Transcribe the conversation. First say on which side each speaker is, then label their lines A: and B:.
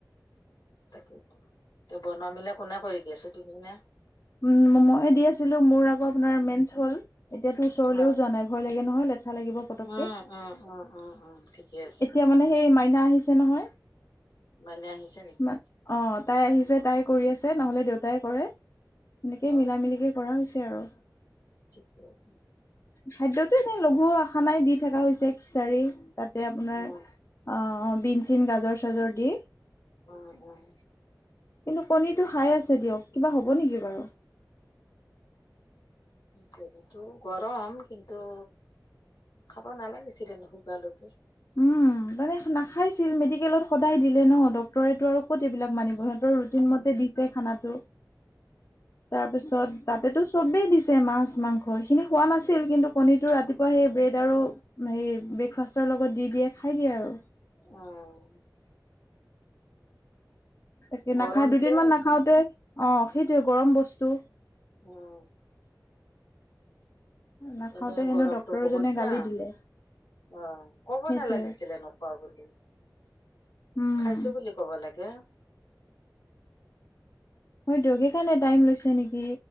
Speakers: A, on the left; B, on the left.
A: তাকেই, এতিয়া বনোৱা মিলা কোনে কৰি দি আছে তুমি নে?
B: উম, ময়ে দি আছিলোঁ মোৰ আকৌ আপোনাৰ মেইনচ হল, এতিয়াতো ওচৰলেও
A: অ
B: যোৱা
A: অ
B: নাই ভয় লাগে নহয় লেঠা লাগিব। পতককে
A: উম উম উম উম উম ঠিকেই আছে।
B: এতিয়া মানে সেই মাইনা আহিছে নহয়।
A: মইনা আহিছে নেকি?
B: মা- অ', তাই আহিছে তাই কৰি আছে, নহলে দেউতাই কৰে সেনেকে
A: অ
B: মিলা মিলিকে পৰা হৈছে আৰু।
A: ঠিকে আছে।
B: খাদ্য তো এনেই লঘু আখানাই দি থকা হৈছে খিচাৰি তাতে আপোনাৰ
A: উম
B: অ', বিন চিন গাজৰ চাজৰ দি।
A: উম উম।
B: কিন্তু কণীৰটো হাই আছে দিয়ক কিবা হ'ব নেকি বাৰু?
A: কণীটোও গৰম কিন্তু খাব নালাগিছিলে নুশুকোৱালৈকে।
B: উম মানে নাখাইছিল মেডিকেলত সদায় দিলে ন ডক্তৰেটো আৰু ক'ত এইবিলাক মানিব। ৰুটিন মতে
A: উম
B: দিছে খানাটো তাৰপিছত তাতেতো চবেই দিছে মাছ মাংস সেইখিনি খোৱা নাছিল
A: উম
B: কিন্তু কণিত টো ৰাতিপুৱা সেই ব্ৰেড আৰু হে ব্ৰেকফাষ্টৰ লগত দি দিয়ে খাই দিয়ে আৰু।
A: অ'।
B: তাকে
A: গৰম
B: নাখায় দুদিনমান
A: যে
B: নাখাওতে অ', সেইটোয়ে গৰম বস্তু
A: উম।
B: নাখাওতে
A: এনেও
B: হেনো
A: গৰমটো
B: ডক্তৰজনে
A: বহুত
B: গালি
A: না।
B: দিলে
A: অ', কব
B: সেইটোৱে
A: নালাগিছিলে নোখোৱা বুলি
B: উম
A: খাইছোঁ বুলি ক'ব লাগে।
B: হয় দিয়ক, সেই কাৰণে টাইম লৈছে নেকি?